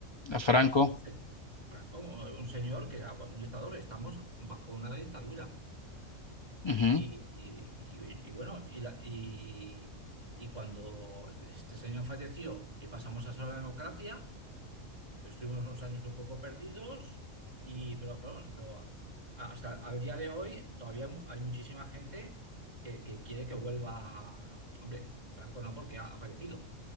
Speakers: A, on the left (about 30°); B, on the right (about 30°).
A: a Franco.
B: a, pues, a un se- a Franco, un señor que era bueno, un dictador. Estamos bajo una dictadura.
A: Ujú,
B: Y, y- y- y bueno, y, la- y- y cuando este, este señor falleció y pasamos a ser la democracia, estuvimos unos años un poco perdidos, y, pero, pero, pero a- hasta el día de hoy todavía mu- hay muchísima gente que, que quiere que vuelva. Hombre, Franco no, porque ha ha fallecido.